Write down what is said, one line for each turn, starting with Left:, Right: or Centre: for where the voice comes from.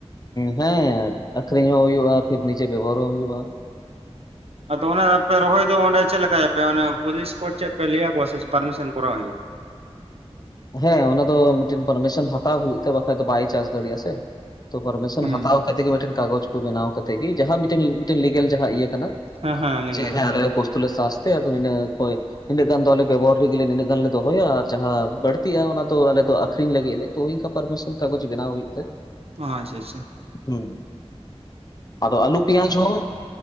Left: ᱦᱮᱸ ᱟᱠᱷᱨᱤᱧ ᱦᱚᱸ ᱦᱩᱭᱩᱜᱼᱟ ᱯᱷᱤᱨ ᱱᱤᱡᱮ ᱵᱮᱵᱚᱦᱟᱨ ᱦᱚᱸ ᱦᱩᱭᱩᱜᱼᱟ ᱾
Right: ᱟᱫᱚ ᱚᱱᱟ ᱨᱮᱯᱮ ᱨᱚᱦᱚᱭ ᱫᱚ ᱚᱸᱰᱮ ᱪᱮᱜ ᱞᱮᱠᱟᱭ ᱟᱯᱮ ᱚᱱᱮ ᱯᱩᱞᱤᱥ ᱠᱚ ᱪᱮᱜ ᱯᱮ ᱞᱟᱹᱭᱟᱠᱚᱣᱟ ᱥᱮ ᱯᱟᱨᱢᱤᱥᱟᱱ ᱠᱚᱨᱟᱣ ᱦᱩᱭᱩᱜᱼᱟ ᱾
Left: ᱦᱮᱸ ᱚᱱᱟ ᱫᱚ ᱢᱤᱫᱴᱮᱱ ᱯᱟᱨᱢᱤᱥᱚᱱ ᱦᱟᱛᱟᱣ ᱦᱩᱭᱩᱜ ᱛᱮ ᱵᱟᱠᱷᱟᱡ ᱫᱚ ᱵᱟᱭ ᱪᱟᱥ ᱫᱟᱲᱮᱭᱟᱜᱼᱟ ᱥᱮ ᱾ ᱛᱚ ᱯᱟᱨᱢᱤᱥᱟᱱ
Right: ᱦᱩᱸ
Left: ᱦᱟᱛᱟᱣ ᱠᱟᱛᱮᱜ ᱜᱤ ᱢᱤᱴᱮᱱ ᱠᱟᱜᱚᱡ ᱠᱚ ᱵᱮᱱᱟᱣ ᱠᱟᱛᱮ ᱜᱤ ᱡᱟᱦᱟᱸ ᱢᱤᱴᱮᱱ ᱞᱤᱜᱮᱞ ᱡᱟᱦᱟᱸ ᱤᱭᱟᱹ ᱠᱟᱱᱟ
Right: ᱦᱮᱸ
Left: ᱾
Right: ᱦᱮᱸ ᱞᱟᱹᱭ
Left: ᱪᱮᱦᱮᱸ
Right: ᱜᱮᱭᱟᱞᱤᱧ
Left: ᱟᱞᱮ ᱯᱚᱥᱛᱳ ᱞᱮ ᱥᱟᱥᱛᱮ ᱟᱫᱚᱹ ᱤᱱᱟᱹᱜ ᱠᱚᱭ ᱤᱱᱟᱹᱜ ᱜᱟᱱ ᱫᱚ ᱟᱞᱮ ᱵᱮᱵᱚᱦᱟᱨ ᱞᱤᱜᱤᱜ ᱱᱤᱱᱟᱹᱜ ᱜᱟᱱᱞᱮ ᱫᱚᱦᱚ ᱦᱳᱭ ᱟᱨ ᱡᱟᱦᱟᱸ ᱵᱟᱹᱲᱛᱤᱜ-ᱟ ᱚᱱᱟ ᱫᱚ ᱟᱞᱮ ᱫᱚ ᱟᱹᱠᱷᱨᱤᱧ ᱞᱟᱹᱜᱤᱫ ᱞᱮ ᱛᱚ ᱚᱱᱮᱚᱱᱠᱟ ᱯᱟᱨᱢᱤᱥᱚᱱ ᱠᱟᱜᱚᱡᱽ ᱵᱮᱱᱟᱣ ᱦᱩᱭᱩᱜ ᱛᱮ,
Right: ᱚ ᱟᱪᱷᱟ ᱟᱪᱪᱷᱟ᱾
Left: ᱦᱩᱢ ᱟᱫᱚ ᱟᱞᱩ ᱯᱤᱭᱟᱡ ᱦᱚᱸ